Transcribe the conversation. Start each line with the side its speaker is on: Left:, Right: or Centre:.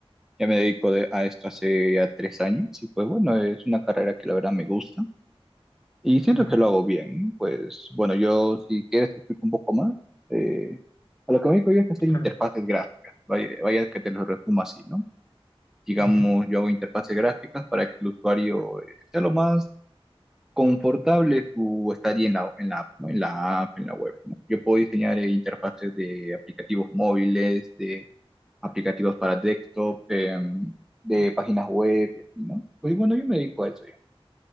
Centre: ya me dedico de- a esto hace ya tres años, y pues bueno, es una carrera que la verdad me gusta. Y siento
Left: Ujú,
Centre: que lo hago bien. Pues bueno, yo si quieres te explico un poco más. Eh, a lo que me dedico yo es hacer
Left: claro.
Centre: interfaces gráficas. Vaya, vaya que te lo resumo así, ¿no? Digamos,
Left: Ujú,
Centre: yo hago interfaces gráficas para que el usuario eh, sea lo más confortable su estadía en la, en la app, ¿no? En la app, en la web, ¿no? Yo puedo diseñar eh, interfaces de aplicativos móviles, de aplicativos para desktop, em, de páginas web y así, ¿no? Pues bueno, yo me dedico a eso.